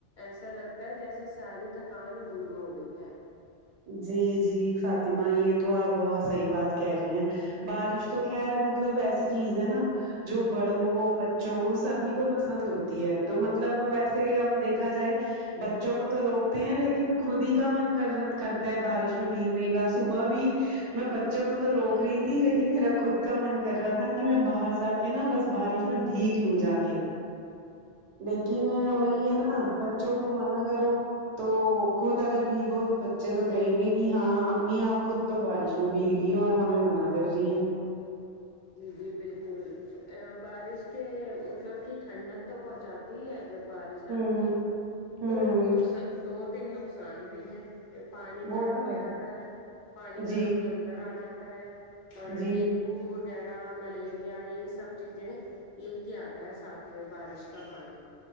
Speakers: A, on the left; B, on the right.
A: ایسا لگتا ہے جیسے ساری تھکانی دور ہو گئی ہے
B: جی جی فاطمہ یہ تو آپ بہت صحیح بات کہہ رہی ہیں بارش تو خیر مطلب ایسی چیز ہے نا جو بڑوں کو بچوں کو سبھی کو پسند ہوتی ہے تو مطلب ویسے ہم دیکھ دیکھا جائے بچوں کو تو روکتے ہیں لیکن خود ہی کا من کر کرتا ہے بارش میں بھیگنے کا صبح بھی میں بچوں کو تو روک رہی تھی لیکن میرا خود کا من کر رہا تھا کہ میں باہر جا کے نا بس بارش میں بھیگ لوں جا کے لیکن وہی
A: جی
B: ہے نا بچوں کو منع کرو تو خود اگر بھیگو تو بچے تو کہیں گے کہ ہاں امی آپ خود تو بارش میں بھیگ رہی ہے اور ہمیں منع کر رہی ہیں
A: جی جی بالکل بارش کے مطلب کہ ٹھنڈک تو پہنچاتی ہے جب بارش
B: ہوں
A: آتی ہے
B: ہوں
A: تو ایک نقصان دو تین نقصان بھی ہے پانی کھڑا
B: وہ تو
A: ہو جاتا ہے پانی گھروں
B: جی
A: کے اندر آ جاتا ہے اور
B: جی
A: ڈینگ او وغیرہ ملیریا یہ سب چیزیں لے کے آتا ہے ساتھ میں بارش کا پانی